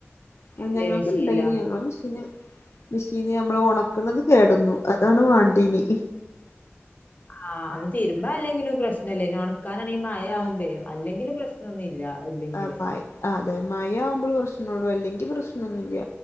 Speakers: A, on the left (about 75°); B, on the left (about 40°).
A: ആ
B: ഇല്ലേ
A: ഞങ്ങൾക്ക്
B: മെഷീൻ
A: ഇണ്ടേയ്ന്യ.
B: ഇല്ല
A: ആ മിഷിന് മിഷീന് നമ്മള് ഒണക്കണത് കേടന്നു അതാണ് വാണ്ടിനി.
B: ആഹ് അവത് തീരുമ്പോ അല്ലെങ്കിലും പ്രശ്നല്ലേ ഇനി ഒണക്കാനാണെങ്കി മഴയാവുമ്പേ
A: ആഹ്
B: അല്ലങ്കിലും പ്രശ് നൊന്നില്ല ഇല്ലങ്കില്.
A: ആഹ് മഴ ആഹ് ആതെ മയ ആവുമ്പോള് പ്രശ്നൊള്ളു അല്ലെങ്കി പ്രശ്നൊന്നൂല്യ.